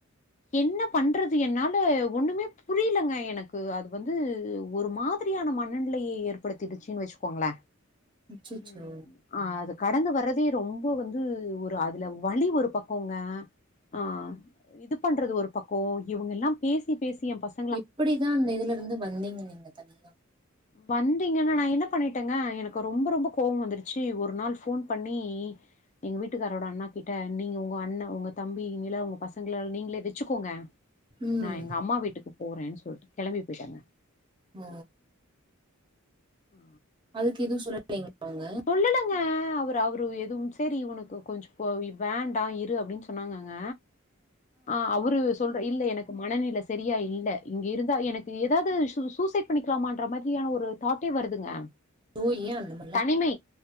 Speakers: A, on the left (about 35°); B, on the right (about 20°).
A: என்னப் பண்றது என்னால ஒண்ணுமே புரியலேங்க எனக்கு அது வந்து ஒரு மாத் மாதிரியான மனநிலைய ஏற்படுத்திடுச்சின்னு வச்சிக்கோங்கள
B: அச்சச்சோ
A: ம் ஆ அது கடந்து வர்றதே ரொம்ப வந்து ஒரு அதுல வலி ஒரு பக்கோங்க ஆ இது பண்றது ஒரு பக்கோ இவுங்க ல்லா பேசிப் பேசி எ பசங்
B: எப்டி தா அந்த இதுல இருந்து வந்தீங்க நீங்க தனியாஹ்
A: ம் வந்தீங்கன்னா நா என்ன பண்ணிட்டங்க எனக்கு ரொம்ப ரொம்ப கோவோ வந்துருச்சி ஒரு நாள் ஃபோன் பண்ணி எங்க வீட்டுக்காரரோட அண்ணாக்கி ட்ட நீங்க உங்க அண்ணன் உங்க தம்பிங்கள உங்க பசங்கள நீங்களே வச்சுக்கோங்க
B: ம்
A: நா எங்க அம்மா வீட்டுக்கு போறன் சொல்ட்டு கெளம்பி போய்ட்டங்க
B: ஆ
A: ஆ
B: அதுக்கு எது சொல்லலைங்களா அவங்க
A: சொல்லலங்க அவரு அவரு எதுவும் சேரி ஒனக்கு கொஞ்சோ ம் பொ இ வேண்டா இரு அப்டின்னு சொன்னாங்கங்க ஆ அவரு சொல்ற இல்ல எனக்கு மனநில சரியா இல்ல இங்க இருந்தா எனக்கு ஏதாது சூ சூசைட் பண்ணிக்கலாமான்ற மாரியான ஒரு தாட்டே வருதுங்க
B: அய்யோ ஏ அந்த மாரில்லா
A: தனிமை